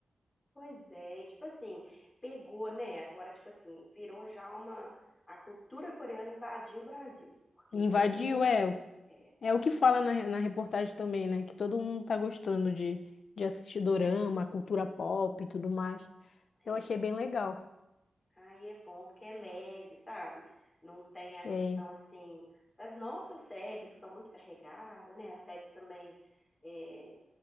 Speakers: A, on the left; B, on the left.
A: Pois é, e tipo assim, pegou, né? Agora, tipo assim, virou já uma. A cultura coreana invadiu o Brasil. Porque
B: Invadiu,
A: todo mundo.
B: é.
A: É,
B: É o que fala na, na reportagem também, né? Que todo mundo tá gostando de, de assistir dorama, cultura pop e tudo mais.
A: é.
B: Eu achei bem legal.
A: Aí é bom porque é leve, sabe? Não tem a
B: É.
A: questão assim das nossas séries, que são muito carregadas, né? As séries também. é,